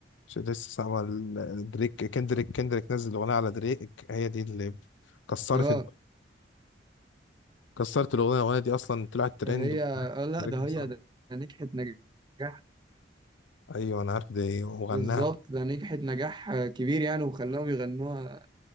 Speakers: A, on the left; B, on the right.
A: مش لسه سامع ال- دريك كندريك كندريك نزل اغنيه على دريك هي دي اللي كسرت
B: اه
A: الد- كسرت الاغنيه الاغنيه دي اصلا طلعت ترند
B: فهي
A: ودريك
B: اه لا
A: دريك
B: ده
A: بصراحه
B: هي ده ده نجحت نجاح
A: ايوه انا عارف دي وغناها
B: بالظبط ده نجحت نجاح كبير يعني وخلاهم يغنوها